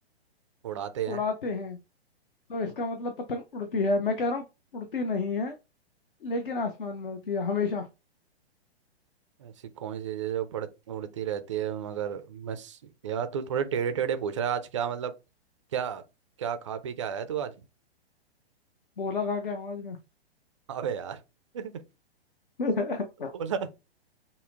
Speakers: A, on the right; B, on the left.
A: उड़ाते हैं
B: उड़ाते हैं तो इसका मतलब पतंग उड़ती है मैं कह रहा हूँ उड़ती नहीं है लेकिन आसमान में होती है हमेशा
A: ऐसी कौन सी चीज है जो पड़ उड़ती रहती है मगर बस यार तू थोड़े टेढ़े टेढ़े पूछ रहा है आज क्या मतलब क्या क्या खा पी क्या आया तू आज
B: बोला खा के आवाज में
A: अबे यार <laughs>
B: <laughs>
A: बोला